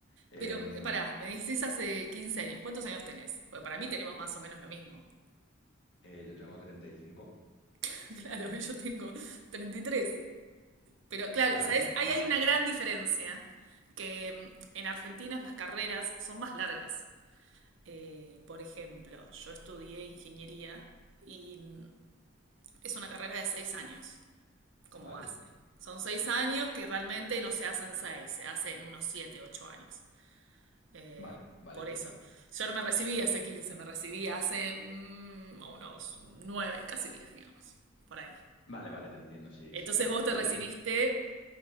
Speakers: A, on the left (about 65°); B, on the right (about 70°).
A: Em,
B: Pero eh, pará, me decís hace 15 años, ¿cuántos años tenés? Porque para mí tenemos más o menos lo mismo.
A: eh, yo tengo treinta y cinco
B: <laughs> Claro, yo tengo 33. Pero claro,
A: Claro,
B: ¿sabés?
A: pues estamos
B: Ahí hay
A: ahí.
B: una gran diferencia, que mm, en Argentina las carreras son más largas. Eh, por ejemplo, yo estudié ingeniería y mm, es una carrera de 6 años como
A: Vale,
B: base. Son 6 años que realmente no se hacen 6, se hacen unos 7, 8 años. Eh,
A: vale, vale,
B: por
A: entiendo.
B: eso. Yo no me recibí hace 15, me recibí hace mm, unos 9, casi 10, digamos, por ahí.
A: Vale, vale, te entiendo, sí,
B: Entonces
A: sí, sí.
B: vos te
A: Yo
B: recibiste
A: te,